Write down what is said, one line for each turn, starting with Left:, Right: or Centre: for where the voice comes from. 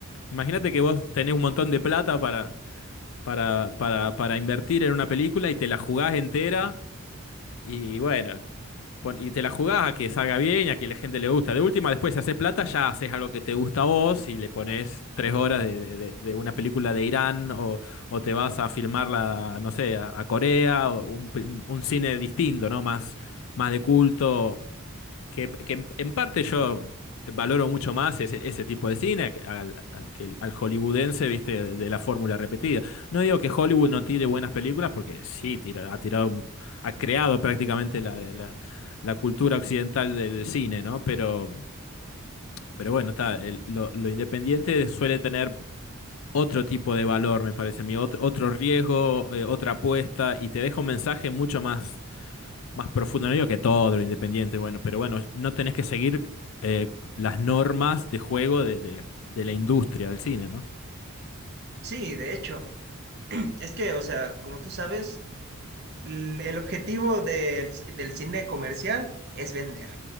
Left: imagínate que vos tenés un montón de plata para, para, para, para invertir en una película y te la jugás entera y bueno, pon- y te la jugás a que salga bien, a que la gente le gusta. De última, después si haces plata, ya haces algo que te gusta a vos y le pones tres horas de, de- de- de una película de Irán o, o te vas a filmarla, no sé, a, a Corea o un, pe- un- un cine distinto, ¿no? Más, más de culto que, que en parte yo valoro mucho más ese, ese tipo de cine al, al, que- al hollywoodense, viste, de, de la fórmula repetida. No digo que Hollywood no tire buenas películas, porque sí, tira, ha tirado, ha creado prácticamente la, la- la cultura occidental del cine, ¿no? Pero, pero bueno, está, el- lo, lo independiente suele tener otro tipo de valor, me parece a mí, otro, otro riesgo, eh, otra apuesta, y te deja un mensaje mucho más más profundo, no digo que todo lo independiente, bueno, pero bueno, no tenés que seguir eh, las normas de juego de, de- de la industria del cine, ¿no?
Right: Sí, de hecho, es que, o sea, como tú sabes, l- el objetivo del, del cine comercial es vender.